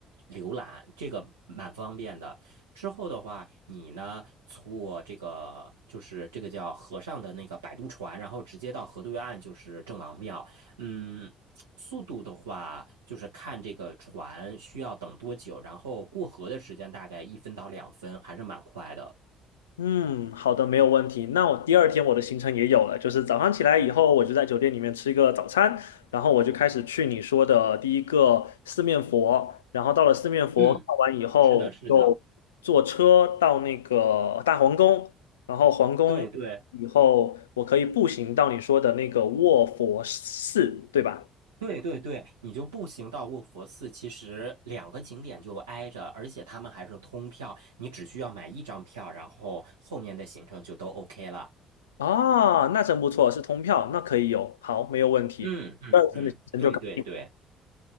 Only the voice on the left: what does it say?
嗯，好的，没有问题。那我第二天我的行程也有了，就是早上起来以后，我就在酒店里面吃一个早餐，然后我就开始去你说的第一个四面佛，然后到了四面佛看完以后，
就坐车到那个大皇宫，然后皇宫以后，
我可以步行到你说的那个卧佛寺，对吧？
啊，那真不错，是通票，那可以有，好，没有问题。
第二天的行程就搞定，